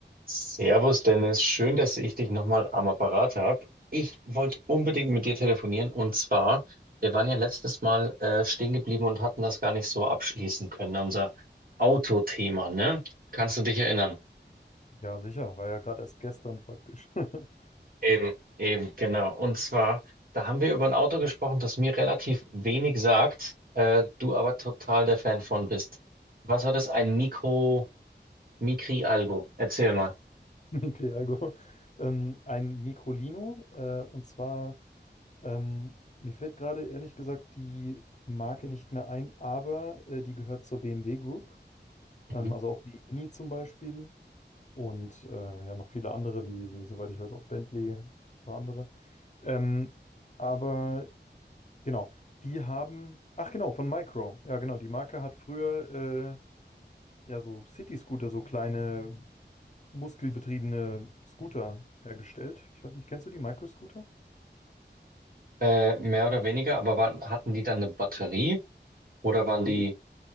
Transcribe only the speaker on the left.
Ja, sicher, war ja gerade erst gestern praktisch. <laughs>
Mikri-Alkohol. Ähm, ein Microlino, äh, und zwar, ähm, mir fällt gerade ehrlich gesagt die Marke nicht mehr ein, aber äh, die gehört zur BMW Group, ähm,
also auch wie Mini zum Beispiel und äh, ja, noch viele andere, wie, wie soweit ich weiß, auch Bentley, ein paar andere. Ähm, aber genau, die haben, ach genau, von Micro, ja genau, die Marke hat früher äh, ja so City-Scooter, so kleine. muskelbetriebene Scooter hergestellt. Ich weiß nicht, kennst du die Microscooter?
Nee.